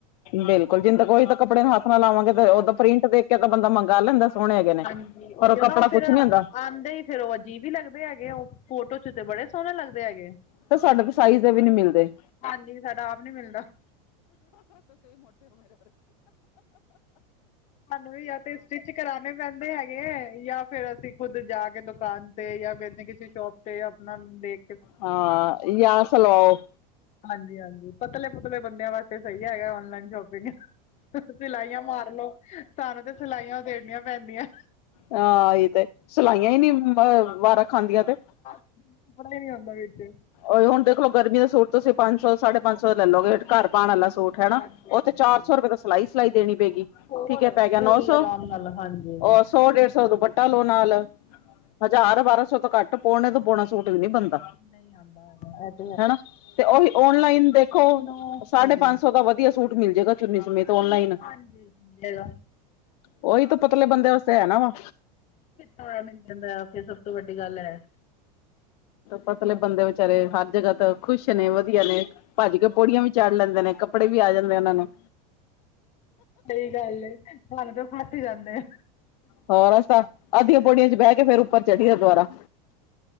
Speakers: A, on the left; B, on the left.
A: ਬਿਲਕੁਲ ਜਿੰਦ ਕੋਈ ਤਾਂ ਕੱਪੜੇ ਨੂੰ ਹੱਥ ਲਵਾਂਗੇ ਤੇ ਉਦੋਂ ਪ੍ਰਿੰਟ ਦੇਖ ਕੇ ਤਾਂ ਬੰਦਾ ਮੰਗਾ ਲੈਂਦਾ। ਸੋਹਣੇ ਹੈਗੇ ਨੇ
B: ਹਾਜੀ ਉਹੀਓ
A: ਪਰ
B: ਨਾ
A: ਕੱਪੜਾ
B: ਉਹ ਫਿਰ
A: ਕੁਛ ਨੀ ਹੁੰਦਾ
B: ਆਂਦੇ ਈ ਫੇਰ ਉਹ ਅਜੀਬ ਵੀ ਲੱਗਦੇ ਹੈਗੇ ਉਹ ਫੋਟੋ 'ਚ ਤੇ ਬੜੇ ਸੋਹਣੇ ਲੱਗਦੇ ਹੈਗੇ।
A: ਤਾਂ ਸਾਡੇ ਕੋ ਸਾਈਜ਼ ਦੇ ਵੀ ਨਹੀਂ ਮਿਲਦੇ।
B: ਹਾਂਜੀ ਸਾਡਾ ਆਪ ਨੀ ਮਿਲਦਾ। ਸਾਨੂੰ ਵੀ ਆ ਤੇ ਸਟਿਚ ਕਰਾਣੇ ਪੈਂਦੇ ਹੈਗੇ ਹੈ ਜਾ ਫ਼ਿਰ ਅਸੀਂ ਖੁਦ ਜਾ ਕੇ ਦੁਕਾਨ ਤੇ ਜਾਂ ਫਿਰ ਕਿਸੇ ਨਾ ਕਿਸੇ ਸ਼ੋਪ ਤੇ ਤੇ ਆਪਣਾ ਦੇ
A: ਹਾਂ ਜਾਂ ਆ ਸਲਵਾਓ।
B: ਹਾਂਜੀ-ਹਾਂਜੀ ਪਤਲੇ-ਪੁਤਲੇ ਬੰਦਿਆਂ ਵਾਸਤੇ ਸਹੀ ਹੈਗਾ ਔਨਲਾਈਨ ਸ਼ੋਪਿੰਗ। ਸਿਲਾਈਆਂ ਮਾਰ ਲੋੋ, ਸਾਨੂੰ ਤੇ ਸਿਲਾਈਆਂ ਉਦੇੜਨੀਆ ਪੈਂਦੀਆਂ।
A: ਹਾਂ ਇਹ ਤੇ, ਸਲਾਈਆਂ ਹੀ ਨੀ ਅ ਵਾਰਾਂ ਖਾਂਦੀਆਂ ਤੇ।
B: ਕੱਪੜਾ ਨੀ ਆਉਂਦਾ ਵਿੱਚ।
A: ਓਹੀ ਹੁਣ ਦੇਖਲੋ ਗਰਮੀ ਸੂਟ ਤੁਸੀਂ ਪੰਜ ਸੌ ਸਾਢੇ ਪੰਜ ਸੌ ਲੈ ਲਓਗੇ ਘਰ ਪਾਣ ਵਾਲਾ ਸੂਟ। ਹਨਾ
B: ਹਾਂਜੀ
A: ਉਹ
B: ਹਾਂਜੀ
A: ਤੇ ਚਾਰ ਸੌ ਰੁਪਏ ਤਾਂ ਸਿਲਾਈ-ਸਿਲਾਈ ਦੇਣੀ ਪਏਗੀ।
B: ਹੋਰ
A: ਠੀਕ ਏ ਪੈ ਗਿਆ
B: ਪੂਰੀ
A: ਨੌ ਸੌ,
B: ਆਰਾਮ ਨਾਲ ਹਾਂਜੀ
A: ਅ ਸੌ ਡੇਢ ਸੌ ਦਾ ਦੁਪੱਟਾ ਲਓ ਨਾਲ। ਹਜਾਰ ਬਾਰਾਂ ਸੌ ਤੋਂ ਘੱਟ ਪਾਉਣੇ ਤੋਂ ਪੌਣਾ ਸੂਟ ਵੀ ਨੀ ਬਣਦਾ।
B: ਨਹੀ ਆਂਦਾ ਹੈਗਾ
A: ਹਨਾ ਤੇ ਉਹੀ ਔਨਲਾਈਨ ਦੇਖੋ,
B: ਕਿਸੇ ਨੂੰ
A: ਸਾਢੇ
B: ਹਾਂਜੀ
A: ਪੰਜ ਸੌ ਦਾ ਵਧੀਆ ਸੂਟ ਮਿਲ ਜੇਗਾ ਚੁੰਨੀ ਸਮੇਤ ਔਨਲਾਈਨ,
B: ਹਾਂਜੀ ਮਿਲੇਗਾ
A: ਓਹੀ ਤਾਂ ਪਤਲੇ ਬੰਦੇ ਵਾਸਤੇ ਹੈ ਨਾ ਵਾ
B: ਤਾਂ ਮਿਲ ਜਾਂਦਾ ਫਿਰ ਸਭ ਤੋਂ ਵੱਡੀ ਗੱਲ ਹੈ।
A: ਪਤਲੇ ਬੰਦੇ ਵਿਚਾਰੇ ਹਰ ਜਗ੍ਹਾ ਤਾਂ ਖੁਸ਼ ਨੇ ਵਧੀਆ ਨੇ ਭੱਜ ਕੇ ਪੌੜੀਆਂ ਵੀ ਚੜ ਲੈਂਦੇ ਨੇ, ਕੱਪੜੇ ਵੀ ਆ ਜਾਂਦੇ ਉਹਨਾਂ ਨੂੰ।
B: ਸਹੀ ਗੱਲ ਆ ਸਾਨੂੰ ਤਾਂ ਫਸ ਹੀ ਜਾਂਦੇ ਆ।
A: ਹੋਰ ਅਸੀਂ ਤਾਂ ਅੱਧੀਆਂ ਪੌੜੀਆਂ ਚ ਬਹਿ ਕੇ ਫੇਰ ਉੱਪਰ ਚੜ੍ਹੀ ਦਾ ਦੁਬਾਰਾ